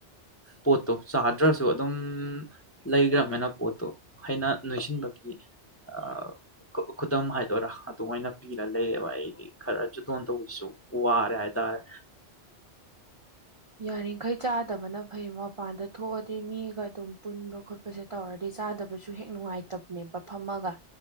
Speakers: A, on the left; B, on the right.
A: ꯄꯣꯠꯇꯣ ꯆꯥꯗ꯭ꯔꯁꯨ ꯑꯗꯨꯝ ꯂꯩꯒ꯭ꯔꯃꯦꯅ ꯄꯣꯠꯇꯣ ꯍꯩꯅ ꯅꯣꯏꯁꯤꯟꯕꯒꯤ ꯑꯥꯎ ꯀ ꯈꯨꯗꯝ ꯍꯥꯏꯗꯣꯔꯥ ꯑꯗꯨꯃꯥꯏꯅ ꯄꯤꯔ ꯂꯩꯔꯦꯕ ꯑꯩꯗꯤ ꯈꯔ ꯖꯨꯇꯣꯟ ꯇꯧꯕꯁꯨ ꯋꯥꯔꯦ ꯍꯥꯏꯇꯥꯔꯦ
B: ꯌꯥꯔꯤꯈꯩ ꯆꯥꯗꯕꯅ ꯐꯩ ꯃꯄꯥꯟꯗ ꯊꯣꯛꯑꯗꯤ ꯃꯤꯒ ꯑꯗꯨꯝ ꯄꯨꯟꯕ ꯈꯣꯠ ꯈꯣꯁꯦ ꯇꯧꯔꯗꯤ ꯆꯥꯗꯕꯁꯨ ꯍꯦꯛ ꯅꯨꯡꯉꯥꯏꯇꯝꯅꯦꯕ ꯐꯝꯃꯒ